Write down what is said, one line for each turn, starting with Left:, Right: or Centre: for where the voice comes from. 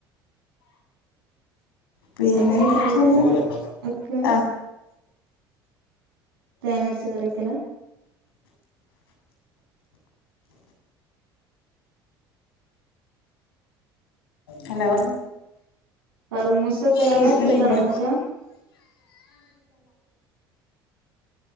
Left: പിന്നെ
Right: എങ്ങനെ
Left: എന്തൊക്കെയാന്ന്
Right: കറൂത്ത വെക്ക
Left: ആ
Right: തേങ്ങരച്ച് കറി വെക്കലാ
Left: ഹലോ
Right: കറുമൂസ തേങ്ങ
Left: കേൾക്കണില്ലേ
Right: അരച്ചിട്ടാണോ വെക്ക